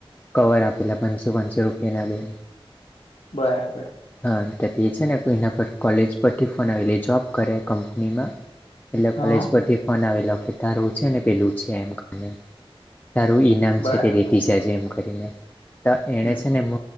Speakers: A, on the left (about 15°); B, on the left (about 80°).
A: કવર આપેલા પાંચસો પાંચસો રૂપિયાના બે.
B: બરાબર
A: હા તો તે છે ને એના પર કોલેજ પરથી ફોન આવેલી જોબ કરે કંપનીમાં એટલે
B: હા
A: કોલેજ પરથી ફોન આવેલો કે તારું છે ને પેલું છે એમ કરીને. તારું ઈનામ
B: બરાબર
A: છે તે લેતી જાજે એમ કરીને ત એણે
B: હમ
A: છે ને મ